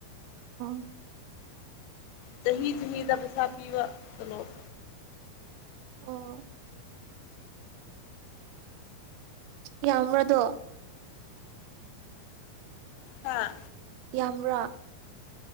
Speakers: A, on the right; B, on the left.
A: <inaudible>
B: ꯆꯍꯤ ꯆꯍꯤꯗ ꯄꯩꯁꯥ ꯄꯤꯕ ꯇꯣꯂꯣꯞ
A: ꯑꯣ ꯌꯥ ꯃ꯭ꯔꯥꯗꯣ
B: ꯍꯥꯥ
A: ꯌꯥꯝꯕ꯭ꯔꯥ